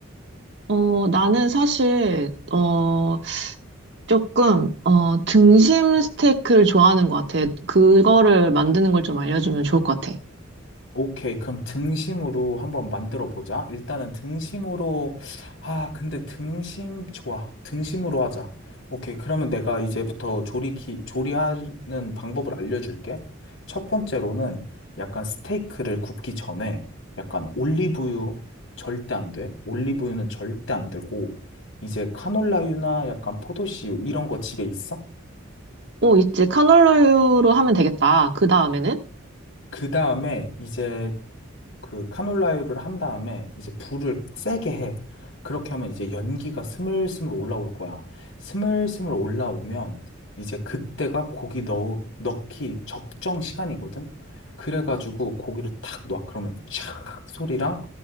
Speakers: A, on the right; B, on the left.
A: 어, 나는 사실 어, 조금, 어, 등심 스테이크를 좋아하는 것 같아. 그거를 만드는 걸 좀 알려주면 좋을 것 같아.
B: 오케이. 그럼 등심으로 한번 만들어 보자. 일단은 등심으로, 아, 근데 등심, 좋아. 등심으로 하자. 오케이. 그러면 내가 이제부터 조리, 기, 조리하는 방법을 알려줄게. 첫 번째로는 약간 스테이크를 굽기 전에 약간 올리브유 절대 안 돼. 올리브유는 절대 안 되고, 이제 카놀라유나 약간 포도씨유 이런 거 집에 있어?
A: 오, 있지. 카놀라유로 하면 되겠다. 그 다음에는?
B: 그 다음에 이제 그 카놀라유를 한 다음에 이제 불을 세게 해. 그렇게 하면 이제 연기가 스물스물 올라올 거야. 스물스물 올라오면 이제 그때가 고기 넣, 넣기 적정 시간이거든? 그래가지고 고기를 탁 놔. 그러면 촥 소리랑